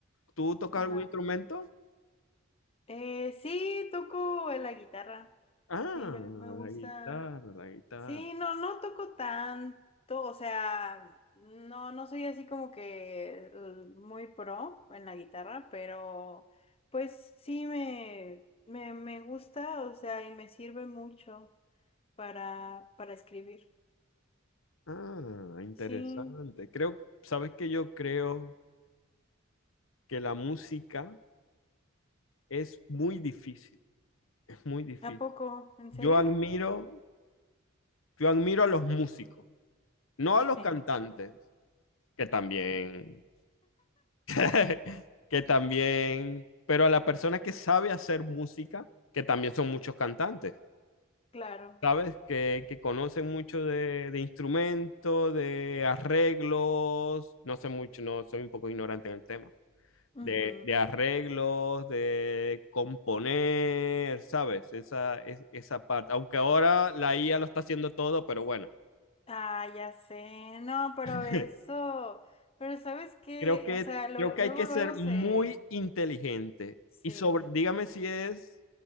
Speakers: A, on the left; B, on the left.
A: ¿tú tocas
B: Ajá.
A: algún instrumento?
B: Eh, sí, toco la guitarra.
A: Ah,
B: Sí, me, me gusta.
A: la guitarra, la guitarra.
B: Sí, no, no toco tanto, o sea, no, no soy así como que eh, muy pro en la guitarra, pero pues sí me, me, me gusta, o sea, y me sirve mucho para, para escribir.
A: Ah, interesante.
B: Sí,
A: Creo, ¿sabes que Yo creo que la música es muy difícil, es muy difícil.
B: ¿a poco? ¿En
A: Yo
B: serio?
A: admiro, yo admiro a los músicos, no a los
B: <laughs>
A: cantantes, que también <laughs> que también, pero a la persona que sabe hacer música, que también son muchos cantantes,
B: Claro.
A: ¿sabes? Que, que conocen mucho de, de instrumentos, de arreglos, no sé mucho, no, soy un poco ignorante en el tema,
B: Ujú.
A: de, de arreglos, de componer, ¿sabes? Esa, es- esa parte, aunque ahora la IA lo está haciendo todo, pero bueno.
B: Ah, ya sé, no, pero
A: <laughs>
B: eso, pero ¿sabes qué?
A: Creo que,
B: O sea, lo-
A: creo que
B: luego,
A: hay que
B: luego
A: ser muy
B: se,
A: inteligente.
B: sí.
A: Y sobre, dígame si es